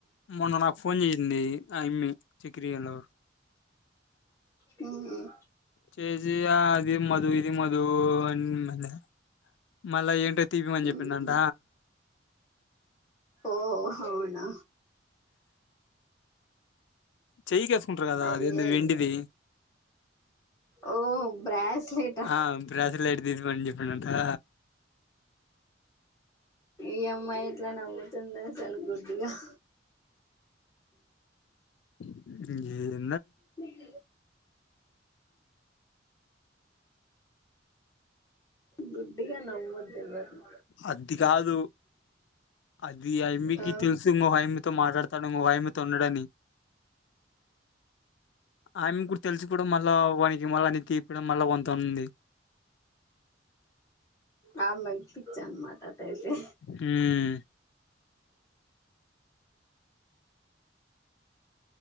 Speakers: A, on the left; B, on the left.
A: మొన్న నాకు ఫోన్ చేసింది ఆ ఇమ్మి చకిరయలొ
B: మ్హ్
A: చేేజీ అది మధు ఇది మధు అన్ మల్ల మళ్లా ఏంట తిపియమనని
B: ఉహు
A: చెప్పిడంట
B: ఓ అవునా
A: చెయ్యికిఎసుకుంటారు కదా
B: అయ్యయ్యో
A: అది ఎంది వెండిది
B: ఓ బ్రాస్లెటా
A: ఆ బ్రస్లెట్ <unintelligible> పని చెప్పిండంటా
B: ఈ అమ్మాయి ఇట్లా నవ్వుతుంది అసలు గుర్ ఇంగా <inaudible>
A: ఏ
B: మీ <unintelligible> గుడ్డిగ నమ్మొదుఎవర్ని
A: అది కాదు అద్ ఇది అమ్మికి
B: ఆ
A: తెలుసు మ అమ్మితో మాట్లాడతాను మ అమి తొ ఉండడని. ఆమె కూడా తెలుసు కూడా మళ్ళా వానికి మళ్ళ అని తీపడం. మళ్ళా వంతోన్ది
B: ఆ మైక్ పిచ్చన్మాట టాయితే
A: హ్మ్